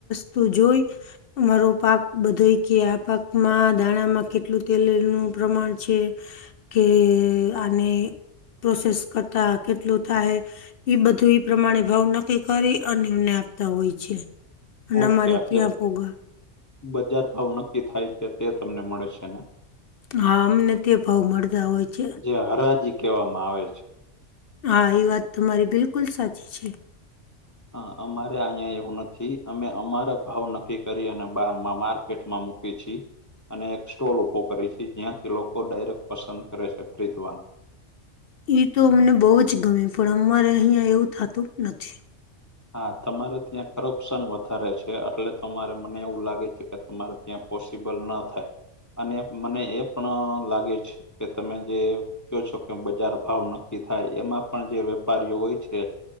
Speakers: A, on the left; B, on the left.
A: તો જોઈ. મામારો પાક બધો કે, આ પાકમાં ધાણામાં કેટલું તેલનું પ્રમાણ છે? કે આને પ્રોસેસ કરતા કેટલું થાય. એ બધું એ પ્રમાણે ભાવ નક્કી કરી, અને એમને આપતા હોય છે. અને
B: ઓકે,
A: અમારે
B: એટલે
A: ત્યાં પોગા
B: બજાર ભાવ નક્કી થાય છે, તે તમને મળે છે ને.
A: હા, અમને તે ભાવ મળતા હોય છે.
B: જે હરાજી કહેવામાં આવે છે.
A: હા, એ વાત તમારી બિલકુલ સાચી છે.
B: હ, અમારે અહીંયા એવું નથી, અમે અમારા ભાવ નક્કી કરી, અને બમાં માર પેટમાં મૂકે છે. અને એક સ્ટોલ ઊભો કરે છે, જ્યાંથી લોકો ડાયરેક્ટ પસંદ કરે છે, ખરીદવાનો
A: એ તો અમને બહુ જ ગમે, પણ અમારે અહિયાં એવું થતું નથી.
B: હા, તમારે ત્યાં કરપ્શન વધારે છે, એટલે તમારે મને એવું લાગે છે, કે તમારે ત્યાં પોસિબલ ન થાય, અને મને એ પણ લાગે છે કે, તમે જે કેવો છો કે, બજાર ભાવ નક્કી થાય. એમાં પણ જે વેપારીઓ હોય છે.